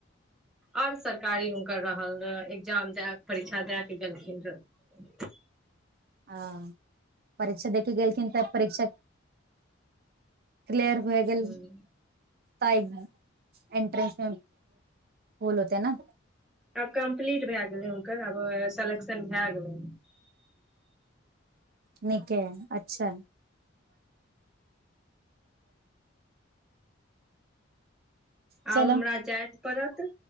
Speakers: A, in the centre; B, on the right.
A: आओर सरकारी हु कर रहल रह एग्जाम द परीक्षा दए के गेलखिन रह
B: आ परीक्षा देख कऽ गेलखिन तऽ परीक्षा क्लियर भए गेल
A: ह
B: तैं ने एंट्रेन्स मे होल होते ने
A: आब कम्प्लीट भए गेलै हुनकर आब सेलेक्शन भए गेलैन
B: नीके अच्छा चलऽ
A: आब हमरा जाइत परत